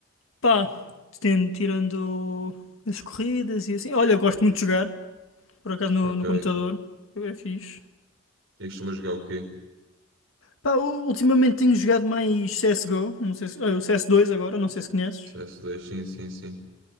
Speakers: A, on the left (about 80°); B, on the right (about 70°).
A: pá, tendo, tirando as corridas e assim. Olha, eu gosto muito de jogar, por acaso no,
B: Ok.
A: no computador. É fixe.
B: E costumas jogar o quê?
A: Pá, u- ultimamente tenho jogado mais CSGO, não sei se, ah, o cs dois agora, não sei se conheces.
B: CS2, sim, sim, sim.